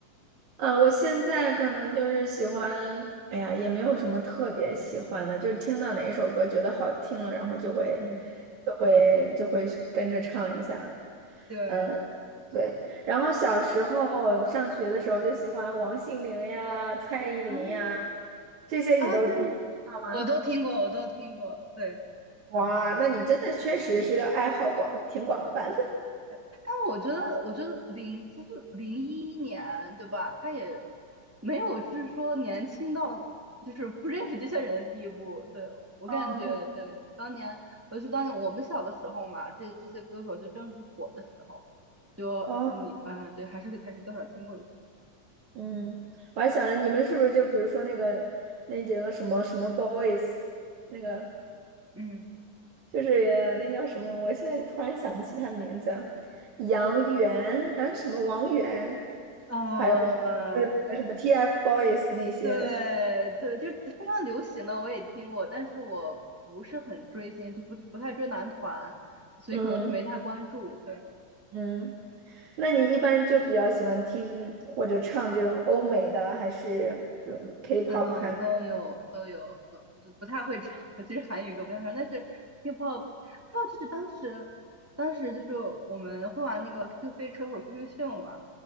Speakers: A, on the right (about 60°); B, in the centre.
A: 呃，我现在可能就是喜欢，哎呀，也没有什么特别喜欢的，就是听到哪一首歌觉得好听了，然后就会
B: 嗯，
A: 就会就会跟着唱一下。
B: 对。
A: 呃，对。然后小时候上学的时候就喜欢王心凌呀、蔡依林呀，
B: 嗯
A: 这些你都你
B: 啊，对，
A: 吗？
B: 我都听过，我都听过，对
A: 哇，
B: 对，
A: 那你真的确实是爱好广，挺广泛的。
B: 但我觉得，我觉得零其实零一年对吧？他也没有就是说年轻到就是不认识这些人的地步。对，我感觉，
A: <laughs> 哦
B: 对，当年尤其当年我们小的时候嘛，这这些歌手就正是火的时候，就你嗯、
A: 哦。
B: 呃对，还是还是多少听过一次，
A: 嗯，我还想着你们是不是就比如说那个那几个什么什么 boys，那个
B: 嗯，
A: 就是也那叫什么，我现在突然想不起他们名字啊，杨元啊什么王源，
B: 呃，
A: 还有就是那个什么 TFBOYS 那些，
B: 对对，就是非常流行的，我也听过，但是我不是很追星，就不不太追男团，所以可能就没太关注。
A: 嗯
B: 对，
A: 嗯，那你一般就比较喜欢听或者唱这种欧美的，还是比如 K-pop
B: 嗯，
A: 韩？
B: 都有都有，都都不太会唱，其实韩语歌不太会唱，但是 K-pop，K-pop 就是当时当时就是我们会玩那个 QQ 飞车或者 QQ 秀嘛，